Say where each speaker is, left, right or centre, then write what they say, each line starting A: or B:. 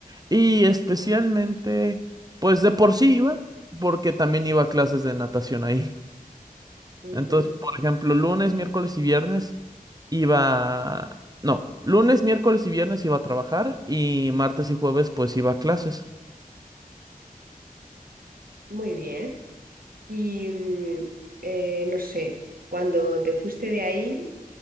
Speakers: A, on the right; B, on the right.
A: Y especialmente, pues de por sí iba, porque también iba a clases de natación ahí. <laughs>
B: ujú.
A: Entonces, por ejemplo, lunes, miércoles y viernes iba... No, lunes, miércoles y viernes iba a trabajar y martes y jueves pues iba a clases.
B: Muy bien. Y mm, eh, no sé, cuando te fuiste de ahí,